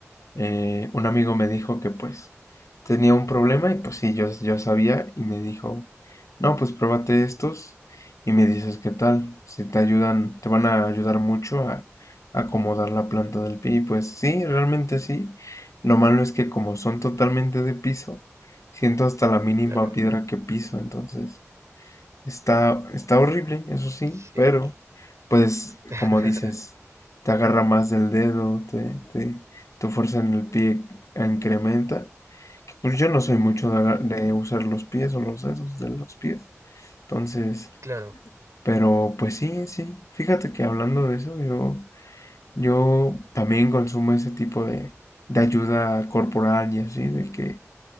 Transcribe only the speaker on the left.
eh, un amigo me dijo que pues tenía un problema y pues sí, yo, yo sabía y me dijo, no, pues pruébate estos y me dices qué tal, si te ayudan, te van a ayudar mucho a acomodar la planta del pie. Y pues sí, realmente sí. Lo malo es que como son totalmente de piso, siento hasta la mínima
piedra que piso, entonces está, está horrible, eso sí,
pero pues,
como dices, te agarra más del dedo, te, te, tu fuerza en el pie incrementa. Que, Pues yo no soy mucho de, aga-
de usar los pies o los dedos de los pies. Entonces,
pero pues sí, sí. Fíjate que hablando de eso, yo, yo también consumo ese tipo de, de ayuda corporal y así, de que